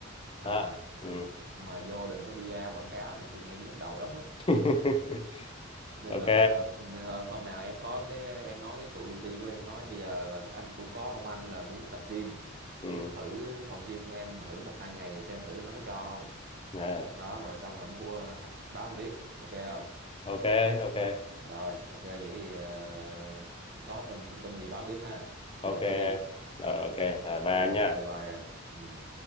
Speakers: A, on the right; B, on the left.
A: à
B: đó ừ.
A: nhưng mà vô đừng có bia quảng cáo này tôi nghe tôi nhức đầu lắm á
B: <laughs>
A: nên
B: ok
A: là thôi, hôm nào em có cái em nói với tụi PT của em nói bây giờ là anh cũng có ông anh là muốn tập gym
B: ừ.
A: muốn thử cái phòng gym của em thử một hai ngày xem thử nó có cho không
B: À.
A: đó rồi xong rồi bu báo anh biết ok không
B: ok ok
A: rồi ok vậy cái gì ờ, có thông thông tin gì báo anh biết ha
B: ok
A: giờ anh phải đi
B: rồi ok rồi
A: rồi
B: ba nha
A: ok bye em ừ